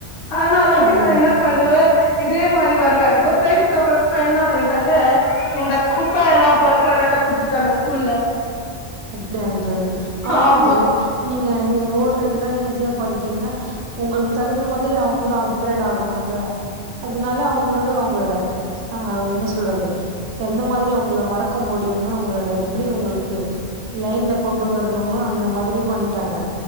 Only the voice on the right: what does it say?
ம்
அப்டியாங்கு தோழி ஆமாங்க
தோழி நீங்க நீங்க ஓடுறதுனா ஈஸியா பண்ணி ரிங்கன்னா உங்களுக்கு தகுந்த மாரி அவங்களு அப்கிரேட் ஆகணும்ல அதனால அவங்களோட அவங்களோட ஆ என்ன சொல்றது எந்த மாரி உங்கள மடக்க முடியுனு உங்களோட எப்டி உங்களுக்கு லைன்ல கொண்டு வர்னு இவ அந்த மாதிரி பண்ணிட்டாங்க